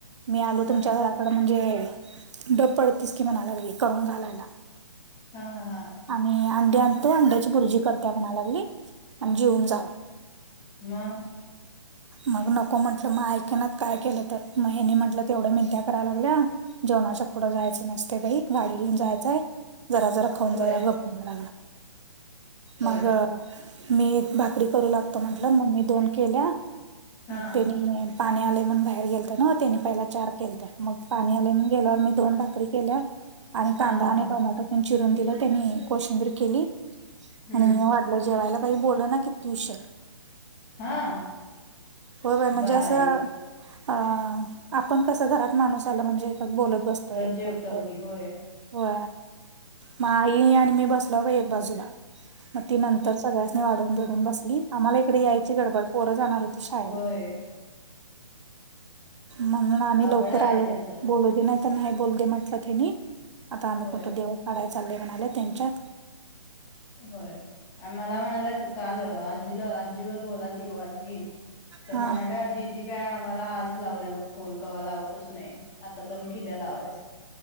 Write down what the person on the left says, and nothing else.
हा
हा
हा हा हा.
म
होय
होय
हा
हा हा
हा
हम्म
हा
बाई
जेवताव
की होय
होय
अवघड
आहे
त्यांचं
होय
होय आणि मला म्हणाला तू काल आजीला आजीवर बोलाल ती आजी तर
म्हणाल्या दीदी काय आम्हाला आज लावल्या बघ फोन कवा लावतच नाही. आता बंद केल्याला लावायच